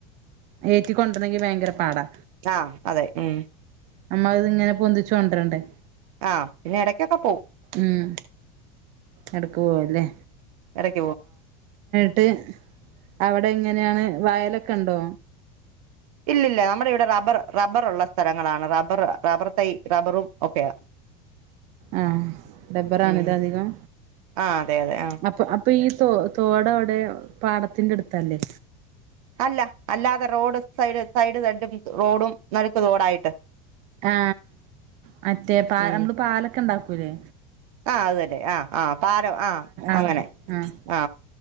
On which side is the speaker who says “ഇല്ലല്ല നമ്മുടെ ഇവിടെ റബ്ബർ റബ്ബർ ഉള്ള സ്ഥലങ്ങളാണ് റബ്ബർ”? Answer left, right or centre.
Right